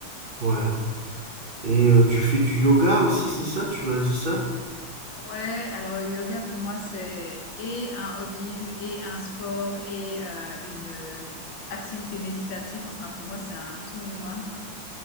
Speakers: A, on the right (about 30°); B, on the left (about 60°).
A: Ouais. Et euh, tu fais du yoga aussi, c'est ça? Tu m'as dit ça?
B: Ouais, alors le yoga pour moi c'est et un hobby et un sport et euh, une euh, activité méditative. Enfin pour moi c'est un two in one.